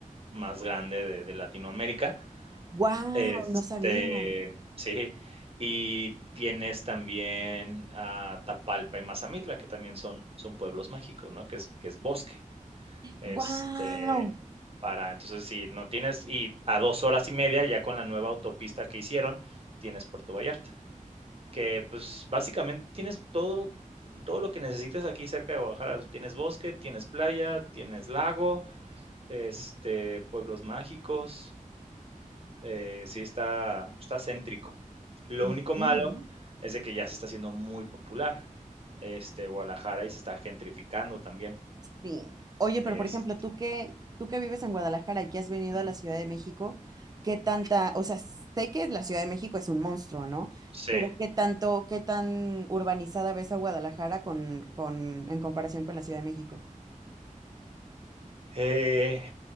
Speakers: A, on the right; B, on the right.
A: más grande de de Latinoamérica.
B: ¡Wow!
A: Este,
B: No sabía.
A: sí, y tienes también a Tapalpa y Mazamitla, que también son son pueblos mágicos, ¿no? Que es que es bosque, este,
B: Wow.
A: para entonces, si no tienes y a 2 horas y media, ya con la nueva autopista que hicieron, tienes Puerto Vallarta, que, pues, básicamente tienes todo todo lo que necesites aquí cerca de Guadalajara, tienes bosque, tienes playa, tienes lago, este, pueblos mágicos. Eh, sí está está céntrico. Lo
B: Ujú.
A: único malo
B: Sí.
A: es de que ya se está haciendo muy popular, este, Guadalajara y se está gentrificando también,
B: sí. Oye, pero
A: este
B: por ejemplo, tú que, tú que vives en Guadalajara y que has venido
A: ujú.
B: a la Ciudad de México, ¿qué tanta, o sea, sé que la Ciudad de México es un monstruo, ¿no?
A: Sí.
B: Pero ¿qué tanto, qué tan urbanizada ves a Guadalajara con, con, en comparación con la Ciudad de México?
A: Eh,